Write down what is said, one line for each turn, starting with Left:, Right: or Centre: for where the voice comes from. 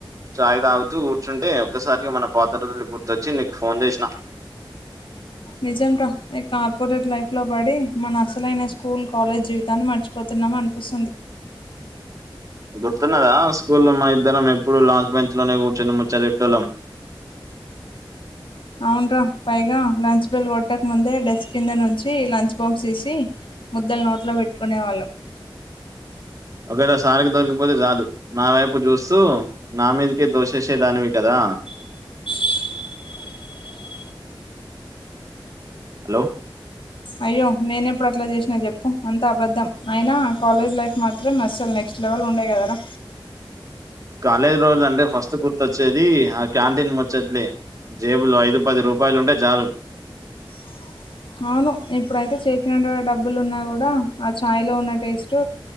Right: చాయ్ తాగుతూ కూర్చుంటే ఒక్కసారికి మన పాత రోజులు గుర్తొచ్చి నీకు ఫోన్ చేసిన
Left: నిజం రా ఈ కార్పొరేట్ లైఫ్ లో బడి మన అసలైన స్కూల్ కాలేజ్ జీవితాన్ని మర్చిపోత్ అనిపిస్తుంది
Right: గుర్తున్నదా స్కూల్లో మ ఇద్దరం ఎప్పుడు లాస్ట్ బెంచ్ లోనే కూర్చుని ముచ్చ ఎటోలం
Left: <inaudible> అవున్రా పైగా లంచ్ బెల్ కొట్టక ముందే డెస్క్ కింద నుంచి లంచ్ బాక్స్ దీసి ముద్దల్ నోట్లో పెట్టుకునే వాళ్ళం
Right: ఒకవేళ సార్కి దొరికిపోతే గాదు నా వైపు జూస్తూ నా మీదకే దోసేసేదానివి కదా
Left: <inaudible>
Right: హలో
Left: అయ్యో నేనెప్పుడట్ల చేసినా జెప్పు అంతా అబద్ధం అయినా కాలేజ్ లైఫ్ మాత్రం మసుల్నే లెవలు ఉండయి గదరా
Right: కాలేజీ రోజులు అంటే ఫస్ట్ గుర్తొచ్చేది ఆ క్యాంటీన్ ముచ్చట్లే జేబులో ఐదు పది రూపాయలు ఉంటే జాలు
Left: <inaudible> అవును ఇప్పుడైతే చేతినిండ డబ్బులు ఉన్నా గుడా ఆ చాయ్ లో ఉన్న టేస్ట్